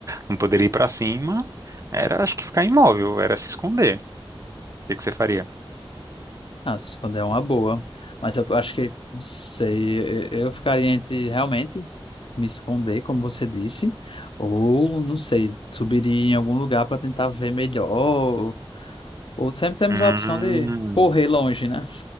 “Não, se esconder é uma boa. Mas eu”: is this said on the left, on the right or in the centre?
Left